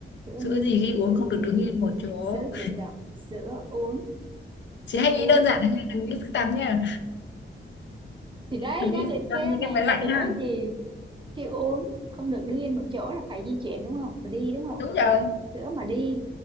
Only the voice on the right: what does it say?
sữa
đi,
sữa
chuyện,
sữa chuyển động, sữa uống,
sữa
uống.
thì đấy
đang liệt
kê
này
sữa
gì khi uống không được đứng yên một chỗ là phải di chuyển đúng không phải đi đúng không
sữa mà đi